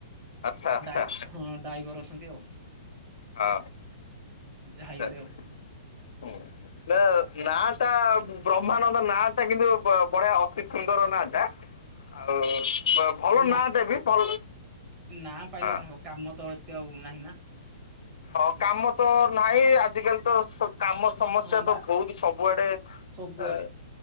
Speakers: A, on the left; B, on the right.
A: ଆଚ୍ଛା ଆଚ୍ଛା।
B: ଡାଇ ହଁ ଡାଇବର ଅଛନ୍ତି ଆଉ।
A: ହଁ
B: ହାଇୱରେ
A: ସ
B: ଆଉ
A: <unintelligible> ହୁଁ ନା ନାଁଟା ବ୍ରହ୍ମାନନ୍ଦ ନାଟା କିନ୍ତୁ ବ ବଢିଆ ଅତି ସୁନ୍ଦର ନାଟା ଆଉ ଭଲ
B: ନା
A: ନାଁ ଦେବି ଭଲ
B: ନା ପାଇଲେ
A: ହଁ
B: କଣ ହବ କାମ ତ ଏତେ ଆଉ ନାହିଁ ନା।
A: ହଁ କାମ ତ ନାହିଁ ଆଜିକାଲି ତ ସ କାମ ସମସ୍ୟା
B: ହଁ ବା
A: ତ ବହୁତ ସବୁଆଡେ ଅ
B: ସବୁଆଡେ